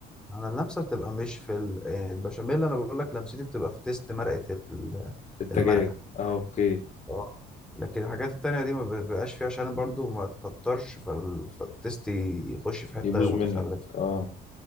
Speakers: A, in the centre; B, on the left.
A: انا اللمسه بتبقى مش في ال... يعني البشاميل انا بقول لك لمستي بتبقى في تيست مرقه ال-
B: الدجاج
A: المرقه
B: اه اوكي
A: اه لكن الحاجات التانية دي ما بيبقاش فيها عشان برضو ما تكترش فال- فالتست يخش في حتة
B: يبوظ
A: متخلفة
B: منك اه